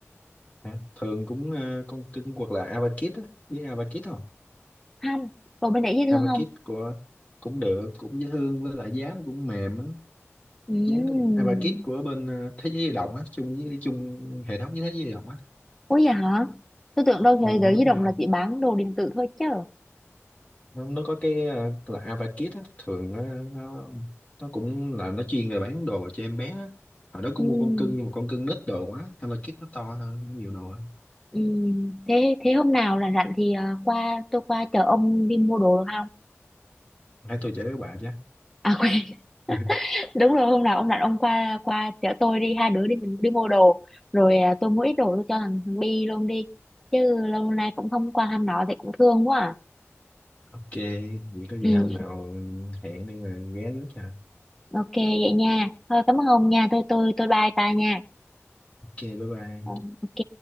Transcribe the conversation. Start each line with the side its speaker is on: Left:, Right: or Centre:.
Left: hả? thường cũng ờ, con kinh hoặc là Avakit á biết Avakit không
Centre: Không, đồ bên đấy dễ
Left: Avakit
Centre: thương không?
Left: của cũng được cũng dễ thương với lại giá nó cũng mềm á
Centre: Ừm,
Left: giá nó cũng à, và kit của bên ờ, thế giới di động á chung với chung hệ thống với thế giới di động á
Centre: Ủa vậy hả? Tôi tưởng đâu
Left: ừ,
Centre: thế giới
Left: đúng
Centre: di động
Left: rồi
Centre: là chỉ bán đồ điện tử thôi chứ.
Left: nó, nó có cái ờ, là Avakit á thường nó, nó nó cũng là nó chuyên về bán đồ cho em bé á hồi đó cũng
Centre: Ừm,
Left: mua con cưng nhưng mà con cưng nít đồ quá Avakit nó to hơn nó nhiều đồ hơn
Centre: ừm, Thế thế hôm nào rảnh rảnh thì à, qua tôi qua chở ông đi mua đồ được không?
Left: hãy tôi chở với bà chứ
Centre: À quên,
Left: <laughs>
Centre: <laughs> đúng rồi hôm nào ông rảnh ông qua qua chở tôi đi hai đứa đi mình đi mua đồ rồi à, tôi mua ít đồ tôi cho thằng thằng Bi luôn đi chứ lâu nay cũng không qua thăm nó thì cũng thương quá à.
Left: ok vậy có gì
Centre: Ừ,
Left: hôm nào hẹn đi rồi ghé trước cho
Centre: ok vậy nha. Thôi cảm ơn ông nha. Tôi tôi tôi bye ta nha.
Left: ok bye bye
Centre: Ờ, Ok.